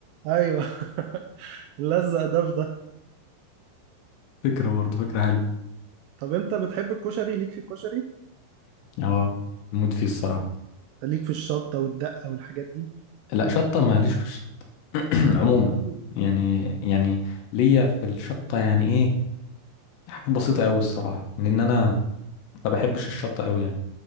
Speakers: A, on the right; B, on the left.
A: ايوه <laughs> لزق ده في ده
B: فكرة برضه فكرة حلوة
A: طب انت بتحب الكشري ليك في الكشري
B: اه موت فيه الصراحة
A: ليك في الشطة والدقة والحاجات دي
B: لا شطة ماليش في الشطة <clears throat> عموما
A: أوي.
B: يعني يعني ليا في الشطة يعني ايه حاجات بسيطة قوي الصراحة لان انا ما بحبش الشطة قوي يعني